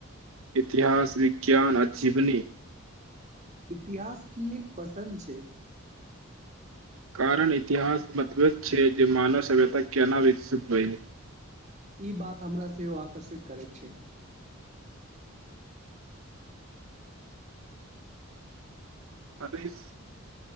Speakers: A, on the right (about 75°); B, on the right (about 35°).
A: इतिहास विज्ञान आ जीवनी
B: इतिहास किएक पसन्द छै
A: कारण इतिहास मतबद छै जे मानव सभ्यता केना विकसित होइ
B: ई बात हमरा सेहो आकर्षित करैत छै
A: <inaudible>